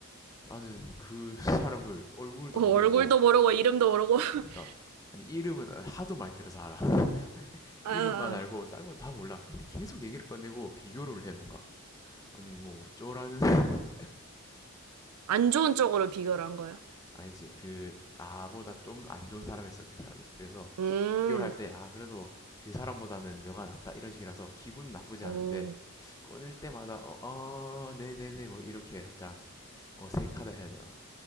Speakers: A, on the left; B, on the right.
A: 나는 그 <laughs> 사람을 얼굴도
B: 어,
A: 모르고
B: 얼굴도 모르고, 이름도 모르고. <laughs>
A: 그러니까 아니 이름은 하도 많이 들어서 알아. <laughs>
B: 아.
A: 이름만
B: 아.
A: 알고 다른 건 다 몰라. 근데 계속 얘기를 꺼내고 비교를 해 뭔가. 아니 뭐 어쩌라는 <laughs>
B: 안 좋은 쪽으로 비교를 한 거예요.
A: 아니지 그 나보다 좀 안 좋은 사람이었어 그 사람이 그래서
B: 음,
A: 비교를 할 때 아 그래도 그 사람보다는 너가 낫다 이런 식이라서 기분 나쁘지
B: 오.
A: 않은데 꺼낼 때마다 어, 어 네네네 뭐 이렇게 살짝 어색하다 해야 되나